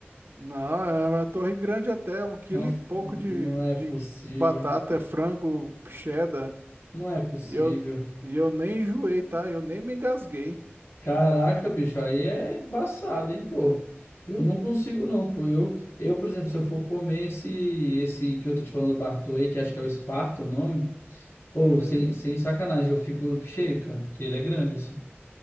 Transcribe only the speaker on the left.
Não,
não
é
possível.
Não é possível.
Caraca, bicho, aí é embaçado, hein, pô. Eu não consigo não, pô. Eu, eu, por exemplo, se eu for comer esse, esse que eu tô te falando do Bartô aí, que acho que é o Esparta, o nome, ou
sem, sem sacanagem, eu fico cheio, cara, porque ele é grande assim.